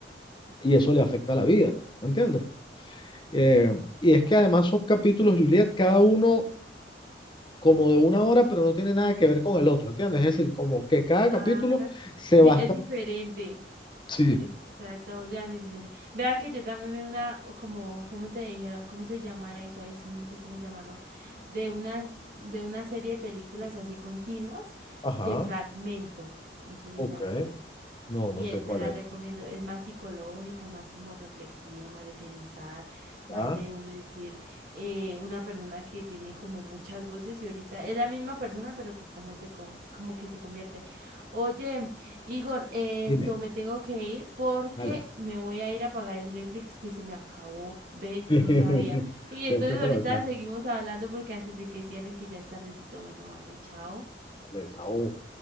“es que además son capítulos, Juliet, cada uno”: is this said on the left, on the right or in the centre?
Left